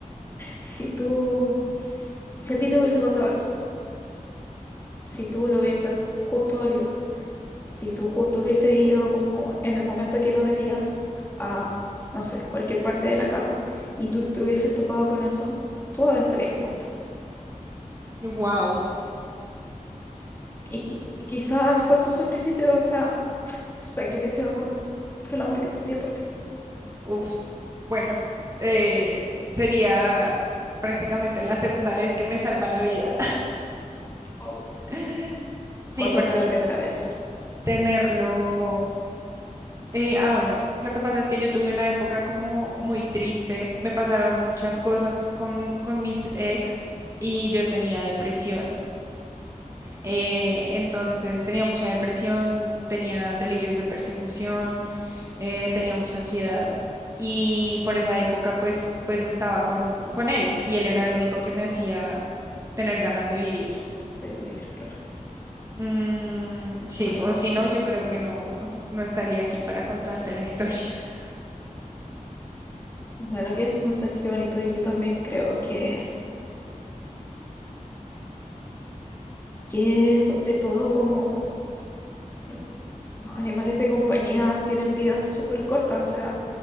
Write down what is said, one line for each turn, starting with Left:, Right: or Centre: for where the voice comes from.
Left: si tú, si a ti te hubiese pasado eso, si tú lo hubieses justo olido. Si tú justo hubiese ido como en el momento que no debías a, no sé, cualquier parte de la casa y tú te hubieses topado con eso, tú ahora estarías muerta.
Right: Wow.
Left: Y, qui- y quizás fue su sacrificio, o sea, su sacrificio de amor por el amor que sentía por ti.
Right: Uf, bueno, eh, sería prácticamente la segunda vez que me salva la vida.
Left: Oh.
Right: <laughs> Sí,
Left: Cuando
Right: porque
Left: fue la primera vez
Right: tenerlo... eh, ah, bueno, lo que pasa es que yo tuve una época como muy triste, me pasaron muchas cosas con, con mis ex y yo tenía depresión. Eh, entonces tenía mucha depresión, tenía delirios de persecución, eh, tenía mucha ansiedad y por esa época pues, pues estaba con, con él y él era el único que me hacía tener ganas de vivir.
Left: de vivir, claro.
Right: Mm, sí,
Left: Qué bonito.
Right: o si no, yo creo que no, no estaría aquí para contarte la historia. <laughs>
Left: Bueno, que no sé, qué bonito. Y yo también creo que, que sobre todo como mm, Los animales de compañía tienen vidas súper cortas, o sea,